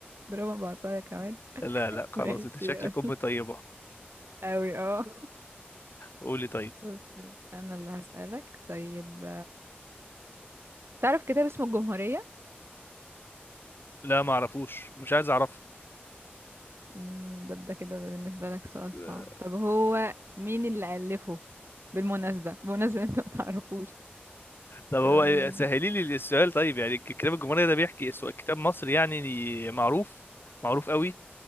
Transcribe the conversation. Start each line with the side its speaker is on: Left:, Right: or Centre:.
Right: ضربها بعصايه كمان
Left: <laughs> لا لا خلاص
Right: ماشي
Left: انت شكلك
Right: يلا
Left: ام طيبة
Right: <laughs> اوي اه
Left: قولي طيب
Right: بس انا اللي هسألك طيب تعرف كتاب اسمه الجمهورية
Left: لا ما اعرفوش مش عايز اعرفه
Right: مم، ده ده كده بالنسبة لك سؤال
Left: <laughs>
Right: صعب طب هو مين اللي ألفه بالمناسبة بمناسبة انت ما تعرفوش
Left: طب هو
Right: يلا.
Left: ايه- سهلي لي السؤال طيب يعني الكتاب الجمهورية ده بيحكي سو- كتاب مصري يعني معروف معروف قوي